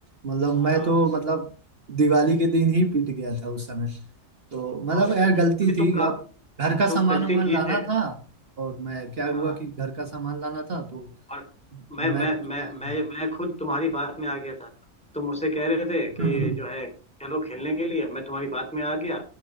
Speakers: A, on the right (about 50°); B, in the centre.
A: मतलब
B: हाँ,
A: मैं तो मतलब दिवाली के दिन ही पिट गया था उस समय तो मतलब
B: और
A: यार
B: क्या क्योंकि
A: गलती थी
B: तुम का
A: अब घर का
B: तुम
A: सामान
B: गलती
A: वामान
B: किए
A: लाना
B: थे
A: था और मैं क्या
B: हाँ
A: हुआ कि घर का सामान लाना था तो
B: और मैं
A: मैं
B: मैं
A: <laughs> कुछ
B: मैं
A: लाया
B: मैं मैं खुद तुम्हारी बात में आ गया था तुम मुझसे कह रहे थे कि
A: नहीं।
B: जो है चलो खेलने के लिए मैं तुम्हारी बात में आ गया